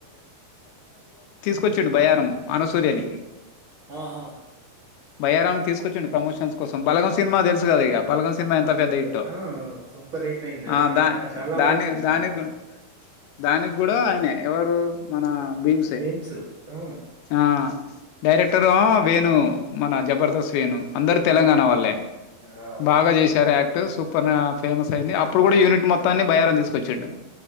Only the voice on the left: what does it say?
కూర్చుండు భయారం అనసూర్య నీ
బయ్యారం తీసుకొచ్చిండు ప్రమోషన్స్ కోసం బలగం సినిమా తెలుసు కదా ఇక బలగం సినిమా ఎంత
పెద్ద హిట్టో
ఆ దా
దాని
దానికి దానికి కూడా ఆయనే ఎవరు మన భీమ్సే
ఆ డైరెక్ట్ క్టర వేణు మన జబర్దస్త్ వేణు అందరు తెలంగాణ
వాళ్లే
బాగా చేశారు యాక్ట్ సూపర్ ఫేమస్ అయింది అప్పుడు కూడా యూనిట్ మొత్తాన్ని బయ్యారం తీసుకొచ్చిండు